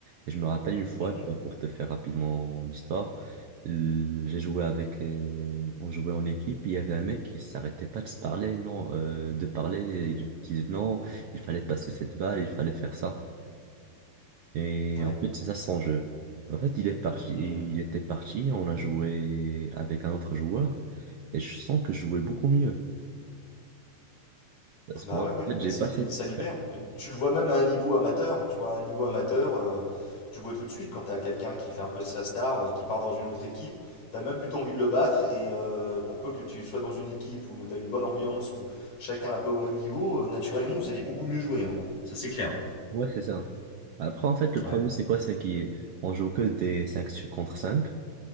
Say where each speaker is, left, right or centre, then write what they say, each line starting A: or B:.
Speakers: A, on the right (about 75°); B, on the left (about 85°).
A: Et je me rappelle une fois,
B: Mhm.
A: tu vois, pour te faire rapidement l'histoire, l- j'ai joué avec, euh, on jouait en équipe, il y avait un mec qui s'arrêtait pas de se parler, non, euh, de parler, il disait non, il fallait passer cette balle, il fallait faire ça. Et
B: Ouais.
A: en fait, c'est ça son jeu. En fait, il est parti, il
B: Mhm.
A: était parti, on a joué avec un autre joueur, et je sens que je jouais beaucoup mieux. Parce
B: Bah
A: qu'en
B: ouais, ouais,
A: fait,
B: mais
A: j'ai
B: c'est,
A: pas cette,
B: ça libère. Mais tu le vois même à un niveau amateur. Tu vois, à un niveau amateur, euh, tu vois tout de suite quand t'as quelqu'un qui fait un peu sa star, euh, qui part dans une autre équipe, t'as même plutôt envie de le battre. Et euh, pour peu que tu sois dans une équipe où t'as une bonne ambiance, où chacun est un peu au même niveau, euh, naturellement vous allez beaucoup mieux jouer. hein. Ça c'est clair.
A: Ouais, c'est ça. Après, en fait, le problème,
B: Ouais.
A: c'est quoi? C'est qu'on joue que des 5 contre 5